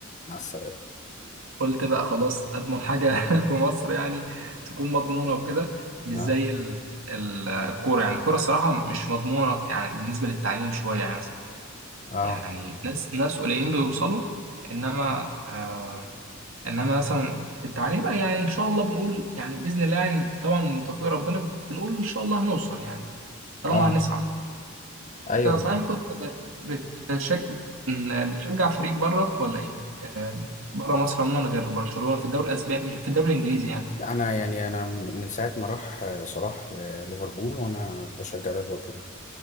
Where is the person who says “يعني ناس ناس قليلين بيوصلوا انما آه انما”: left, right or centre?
Right